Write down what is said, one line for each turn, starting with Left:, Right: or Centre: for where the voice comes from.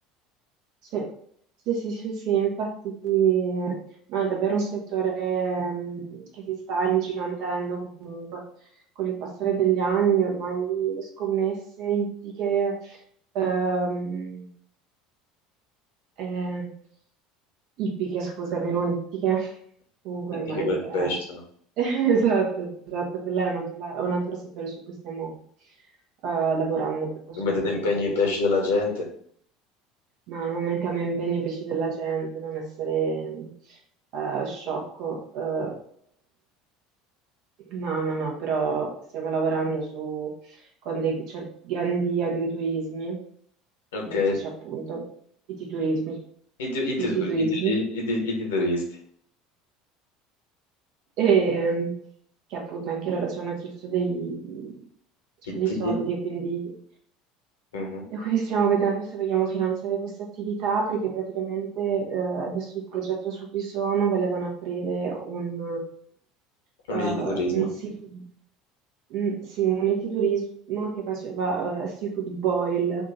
Right: Sì. Sì, sì, sì, sì, infatti eh, no, è davvero un settore ehm, che si sta ingigantendo comunque con il passare degli anni, ormai le scommesse ittiche ehm, eh, ippiche, scusami, non ittiche. Comunque
Left: E
Right: ormai
Left: ti che
Right: è...
Left: di pesce, se no?
Right: <laughs> Esatto, esatto, quella è un altro, la- è un altro settore su cui stiamo eh, lavorando, per questo
Left: Mettete
Right: mi sono
Left: in
Right: confusa.
Left: pegno i pesci della gente.
Right: Ma non mettiamo impegni ai pesci della gente, non essere eh, sciocco. eh, No, no, no, però stiamo lavorando su, con dei cer- grandi agriturismi,
Left: Ok,
Right: ittici appunto, ittiturismi,
Left: i, tu- i,
Right: ittiturismi.
Left: tutor- i, tu- i, i ti- i titolisti.
Right: E, che appunto anche loro ci hanno chiesto dei,
Left: I
Right: dei
Left: titi?
Right: soldi e quindi,
Left: Mhm.
Right: e quindi stiamo vedendo se vogliamo finanziare questa attività perché praticamente eh, adesso il progetto su cui sono volevano aprire un,
Left: Non
Right: um,
Left: di
Right: eh,
Left: turismo.
Right: un seafood Mm, sì, un enoturismo che faceva eh, seafood boil,